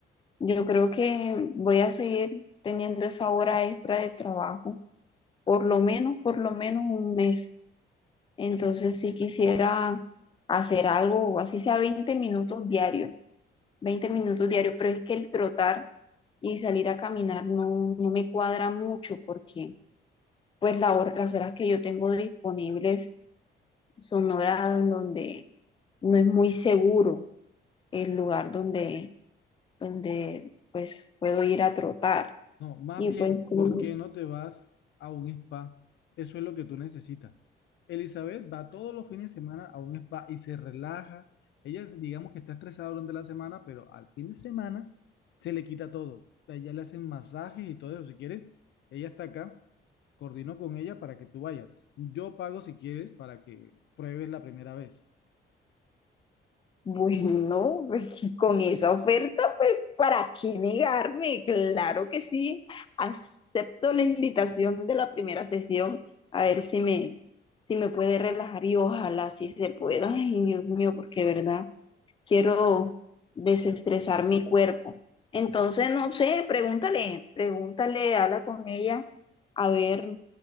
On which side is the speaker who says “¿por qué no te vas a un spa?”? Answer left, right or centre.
Left